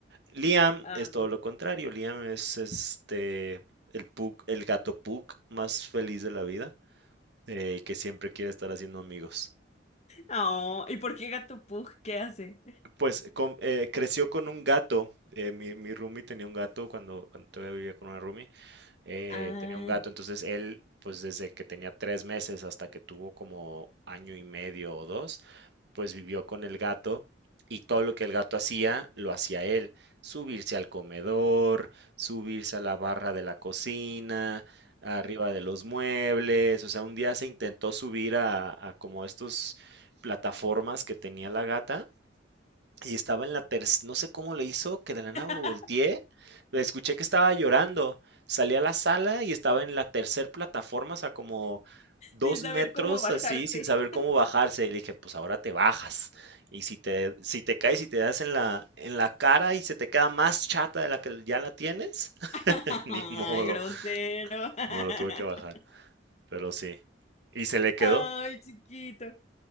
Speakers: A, on the right; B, on the left.
A: Liam
B: Ah.
A: es todo lo contrario. Liam es este el pug, el gato pug más feliz de la vida, eh, que siempre quiere estar haciendo amigos.
B: Oh, ¿y por qué Gato Pug? ¿Qué hace?
A: Pues con- eh, creció con un gato. eh, mi, mi roomie tenía un gato cuando, cuando todavía vivía con una roomie. eh,
B: Ah.
A: tenía un gato, entonces él, pues desde que tenía tres meses hasta que tuvo como año y medio o dos, pues vivió con el gato y todo lo que el gato hacía, lo hacía él. Subirse al comedor, subirse a la barra de la cocina, arriba de los muebles. O sea, un día se intentó subir a, a como estos plataformas que tenía la gata y estaba en la tercera, no sé cómo le hizo, que de la nada
B: <laughs>
A: volteé, la escuché que estaba llorando. Salí a la sala y estaba en la tercera plataforma, o sea, como dos
B: Sin saber
A: metros
B: cómo bajarse.
A: así, sin saber cómo bajarse. Y le dije, pues ahora te bajas. Y si te, si te caes y te das en la, en la cara y se te queda más chata de la que ya la tienes, <laughs>
B: <laughs> Ay,
A: ni modo.
B: grosero.
A: No, lo tuve que bajar,
B: <laughs>
A: pero sí. Y se le quedó,
B: Ay, chiquito.